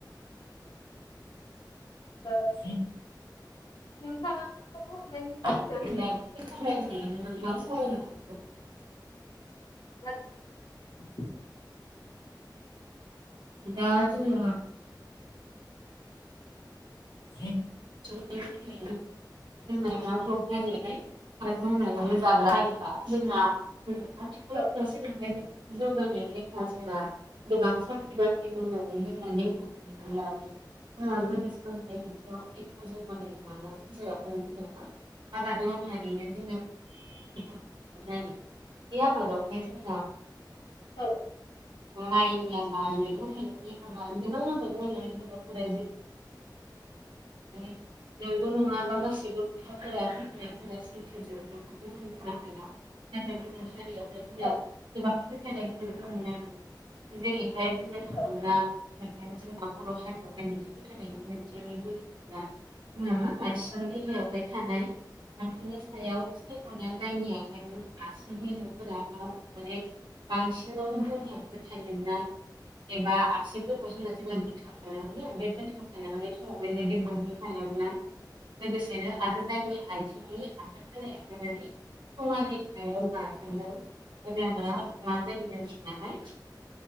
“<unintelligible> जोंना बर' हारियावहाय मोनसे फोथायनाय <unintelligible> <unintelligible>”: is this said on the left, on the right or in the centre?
Right